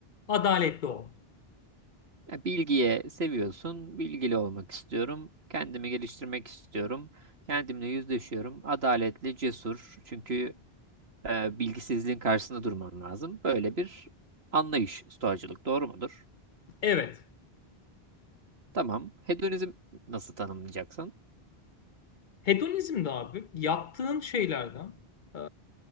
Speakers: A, on the left (about 55°); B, on the right (about 80°).
A: adaletli ol.
B: Ya bilgiye seviyorsun, bilgili olmak istiyorum, kendimi geliştirmek istiyorum, kendimle yüzleşiyorum, adaletli, cesur. Çünkü e, bilgisizliğin karşısında durman lazım. Böyle bir anlayış stoacılık, doğru mudur?
A: Evet,
B: Tamam. Hedonizm nasıl tanımlayacaksın?
A: hedonizm de abi yaptığın şeylerden e,